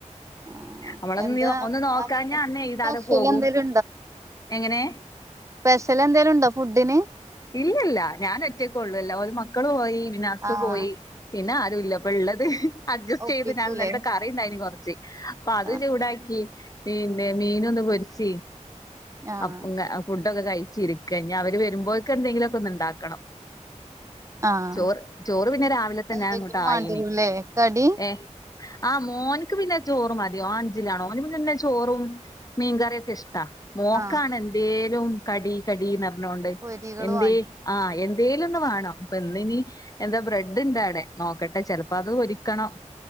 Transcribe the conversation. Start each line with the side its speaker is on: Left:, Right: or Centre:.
Right: ആഹ്
Left: അമ്മളൊന്ന്
Right: എന്താ
Left: ഒന്ന് നോക്കാഞ്ഞാ
Right: ഭക്ഷണത്തിന്
Left: അന്നെയ്താതെ
Right: സ്പെഷ്യൽ
Left: പോകും
Right: എന്തേലും
Left: എങ്ങനെ
Right: പെഷലെന്തെലുംണ്ടോ ഫുഡിന്
Left: ഇല്ലല്ല ഞാനോറ്റക്കോള്ളല്ലോ ഒരു മക്കള് പോയി പിന്ന ഹസ്സ്
Right: ആഹ്
Left: പോയി പിന്നെ ആരുല്ല ഇപ്പൊള്ളത് അഡ്ജസ്റ്റ്യ്ത്
Right: ഒപ്പിക്കൂലേ
Left: ഞാൻന്നൽത്തെ കറിണ്ടയിന് കൊർച്ച് അപ്പൊ അത്
Right: ആഹ്
Left: ചൂടാക്കി പിന്നെ മീനൊന്ന് പൊര്ച്ച്
Right: ആഹ്
Left: അപ്പോ ങ്ങ ഫുഡൊക്കെകഴിച്ചിരിക്ക ഇഞ് അവര് വരുമ്പോഴക്ക് എന്തെങ്കിലൊക്കോന്ന്ണ്ടാക്കണം
Right: ആഹ്
Left: ചോറ് ചോറ് പിന്നെ രാവിലെ തന്നാ
Right: എന്തെങ്കിലും
Left: അങ്ങോട്ടായീന്
Right: വാണ്ടിവരൂല്ലേ കടി
Left: ഏഹ് ആഹ് മോൻക്ക് പിന്നെ ചോറ് മതി ഓൻ അഞ്ചിലാണ് ഓന് പിന്നെചോറും മീങ്കറിയൊക്കെഷ്ട്ടാ മോക്കാണ്
Right: ആഹ്
Left: എന്തേലും കടീ കടീന്നർന്നോണ്ട്
Right: പൊരികള്
Left: എന്തേ
Right: വാണ്ടി
Left: ആഹ് എന്തേലൊന്ന് വേണം അപ്പോ ഇന്ന് ഇനി എന്താബ്രെഡ്ണ്ടാടെ നോക്കട്ടെ ചെലപ്പോത് ഒരിക്കണം